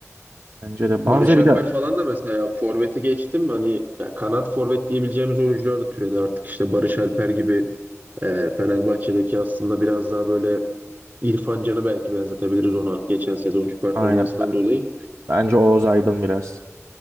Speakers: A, on the right; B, on the right.
A: Bence de Banza
B: Barış
A: bir
B: Alper
A: de
B: falan da mesela ya forveti geçtim hani ya kanat forvet diyebileceğimiz oyuncular da türedi artık işte Barış Alper gibi e, Fenerbahçe'deki aslında biraz daha böyle İrfan Can'ı belki benzetebiliriz ona geçen sezonki performansından
A: aynen.
B: dolayı.
A: Bence Oğuz Aydın biraz.